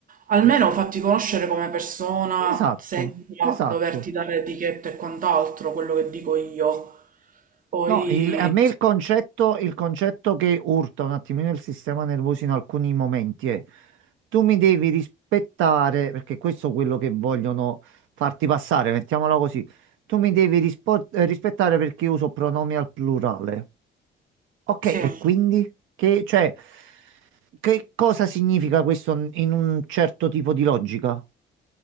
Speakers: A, on the right; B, on the right.
A: Almeno fatti conoscere come persona
B: Esatto,
A: senza
B: esatto.
A: doverti dare etichette e quant'altro, quello che dico io. Poi,
B: No, il- a me il concetto, il concetto che urta un attimino il sistema nervoso in alcuni momenti è tu mi devi rispettare, perché questo è quello che vogliono farti passare, mettiamola così, tu mi devi rispo- eh, rispettare perché io uso pronomi al plurale. Ok,
A: sì.
B: e quindi che, cioè, che cosa significa questo in un certo tipo di logica?